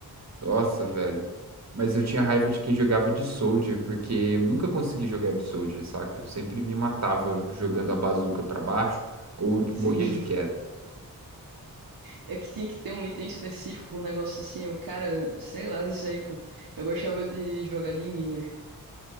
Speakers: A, on the right (about 45°); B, on the right (about 60°).
A: Nossa, velho. Mas eu tinha raiva de quem jogava de soldier, porque eu nunca consegui jogar de soldier, saca? Eu sempre me matava jogando a bazuca pra baixo ou
B: Sim.
A: morria de
B: <laughs>
A: queda.
B: É que tinha que ter um item específico, um negócio assim. O cara, sei lá disso aí, pô. Eu gostava de jogar de Enginner.